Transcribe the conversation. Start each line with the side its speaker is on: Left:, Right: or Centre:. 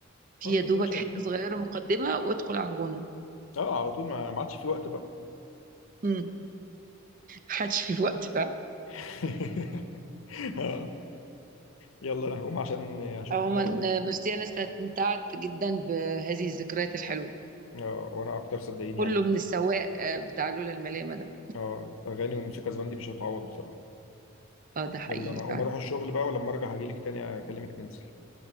Right: في
Left: ما
Right: يا
Left: دلوقتي
Right: دوبك
Left: يا
Right: حتة
Left: باشا
Right: صغيرة مقدمة وادخل على الغنى
Left: <laughs> اه على طول ما ما عادش في وقت بقى
Right: مم. محدش في وقت
Left: <laughs> آه. يلا انا هقوم عشان اشوف
Right: عموما
Left: كده.
Right: ميرسي انا استمتعت جدا بهذه الذكريات الحلوه
Left: اه وانا اكتر صدقيني
Right: كله
Left: يعني
Right: من السواق آه، بتاع لولا الملامه ده
Left: اه اغاني وموسيقى زمان دي مش هتعوض بصراحه
Right: اه ده حقيقي
Left: يلا انا اقوم
Right: فعلا
Left: اروح الشغل بقى ولما ارجع هجيلك تاني اكلمك ننزل